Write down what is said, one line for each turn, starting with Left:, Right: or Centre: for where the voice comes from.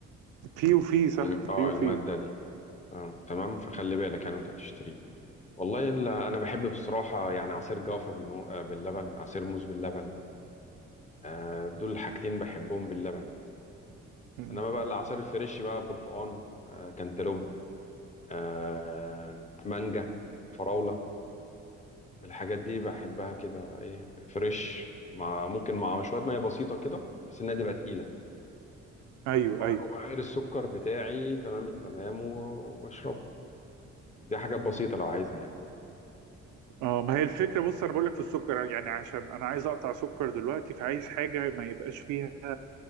Right: في وفي صح
Left: الم... اه
Right: في وفي
Left: المادة دي آه. تمام فخلي بالك يعني وانت بتشتريه والله ال- انا بحب بصراحة يعني عصير جوافة بالمو... آه باللبن عصير موز باللبن آه دول الحاجتين بحبهم باللبن
Right: م-
Left: انما
Right: م.
Left: بقى العصير الفريش بقى برتقان آه كانتالوب آه مانجا فراولة الحاجات دي بحبها كده ايه فريش مع ممكن مع شوية مية بسيطة كده بحيث انها تبقى تقيلة
Right: ايوه
Left: وبع-
Right: ايوه
Left: وبعاير السكر بتاعي تمام التمام و- وبشربه دي حاجات بسيطة لو عايزها يعني
Right: اه ما هي الفكره بص انا بقول لك في السكر يعني عشان انا عايز اقطع سكر دلوقتي فعايز حاجه ما يبقاش فيها